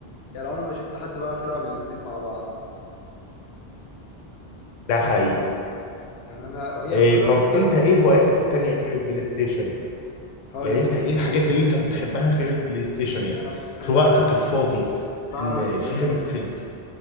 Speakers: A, on the left; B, on the left.
A: يعني عمري ما شفت حد بيعرف يلعب الاتنين مع بعض
B: ده حقيقي
A: يعني انا وهي
B: إيه
A: كل
B: طب
A: واحد بقى
B: انت
A: له تفضيلاته
B: ايه هواياتك
A: كده
B: التانية غير البلاي ستيشن
A: هقول
B: يعني
A: لك
B: انت ايه الحاجات اللي انت بتحبها غير البلاي ستيشن يعني
A: آم،
B: في
A: انا
B: وقتك
A: مثلا
B: الفاضي في
A: بعرف
B: ال- فاهم
A: آه،
B: في ال...